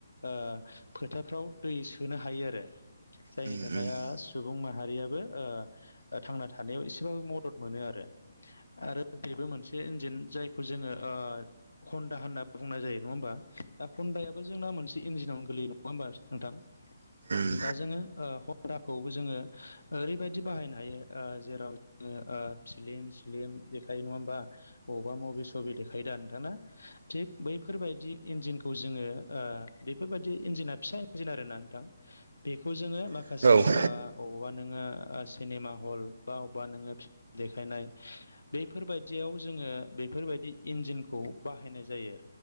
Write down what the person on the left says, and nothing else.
ओ फोथारफ्राव दै सोनो हायो आरो जायनि
थाखाय
ओ सुबुं माहारियाबो ओ थांना थानायाव एसेबाबो मदद मोनो आरो। आरो बेबो मोनसे इन्जिन जायखौ जोंङो हन्दा होनना बुंनाय जायो नङा होमबा दा हन्दाया जोंना मोनसे इन्जिनावनो गोलैयो नङा होमबा नोंथां?
दा जोंङो ओ हन्दाखौबो जोंङो ओरैबायदि बाहायनो हायो ओ जेराव उम आ फ्लिम सिलिम देखायो नङा होमबा? बबावबा मुभि सभि देखायोदा नोंथाङा थिग बैफोरबायदि इन्जिनखौ जोंङो ओ बेफोरबायदि इन्जिना फिसा इन्जिन आरोना नोंथां बेखौ जोंङो माखासे
ओ अबावबा नोंङो सिनेमा हल बा अबावबा नोंङो फ्लिम देखायनाय बेफोरबायदियाव जोंङो बेफोरबायदि इन्जिनखौ बाहायनाय जायो।